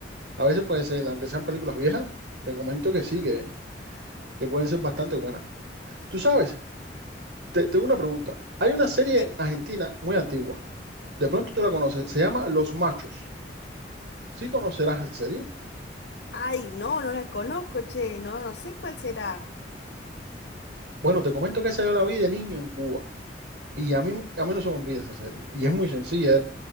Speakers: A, on the right (about 80°); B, on the left (about 75°).
A: a veces puede ser, aunque sean películas viejas, te comento que sí, que que pueden ser bastante buenas. Tú sabes, te, tengo una pregunta. Hay una serie
B: dime.
A: argentina muy antigua. De pronto tú la conoces. Se llama Los Machos. ¿Sí conocerás esa serie?
B: Ay, no, no la conozco, che, no, no sé cuál será.
A: Bueno, te comento que esa yo la vi de niño en Cuba. Y a mí, a mí no se me olvida esa serie. Y es muy sencilla. Eran